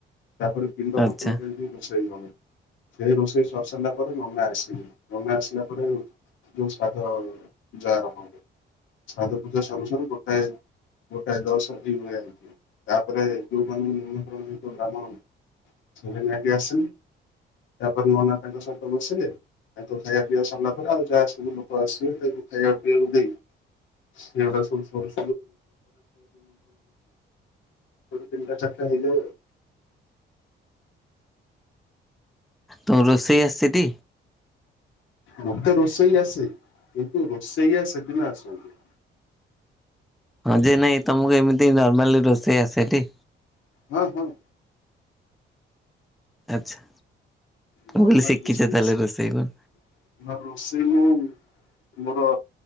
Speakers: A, on the left (about 75°); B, in the centre.
A: ତାପରେ ପିଣ୍ଡପତ୍ର
B: ଆଚ୍ଛା
A: ଦେଇକି ବର୍ଷାଇବନି। ସେଇ ରୋଷେଇ ସରି ସାରିଲା ପରେ ନନା ଆସିଲେ ନନା ଆସ ସିଲା ପରେ ଯୋଉ ସାଗ ହୁଏ ପୁଜା ଆରମ୍ଭ ହୁଏ । ସାଧା ପୂଜା ସରୁୁ ସରୁୁ ଗୋଟାଏ। ଗୋଟାଏ ଦଶ <unintelligible> ହେଇଛି ତାପରେ ଯୋଉ ମାନଙ୍କୁ ନିମନ୍ତ୍ରଣ <unintelligible> ବ୍ରାହ୍ମଣ <unintelligible> ତାପରେ ନନା ତାଙ୍କ ସହିତ ବସିଲେ ତାଙ୍କ ଖାଇବା। ପିଆ ସାରିଲା ପରେ ଆଉ ଯାହା ସବୁ ଲୋକ ଆସିବେ ତାଙ୍କୁ ଖାଇବା ପିଇବାକୁ ଦେଇ। <unintelligible> ସରୁ ସରୁ ତିନିଟା ଚାରିଟା ହେଇଯାଏ ଆଉ।
B: ତୁମ କୁ ରୋଷେଇ ଆସିଛି ଟି?
A: ମତେ ରୋଷେଇ ଆସେ କିନ୍ତୁ ରୋଷେଇଆ ସେଦିନ ଆସନ୍ତି।
B: ହଁ ଯେ ନାଇଁ ତମକୁ ଏମିତି ନର୍ମାଲ ରୋଷେଇ ଆସେଟି।
A: ହଁ ହଁ।
B: ଆଚ୍ଛା।
A: ନର୍ମାଲ
B: ମୁଁ କହିଲି ଶିଖିଛ
A: ରୋଷେଇ
B: ତାହେଲେ
A: ଆସେ ନହେଲେ
B: ରୋଷେଇ କଣ
A: ରୋଷେଇ ମୁଁ। ମୋର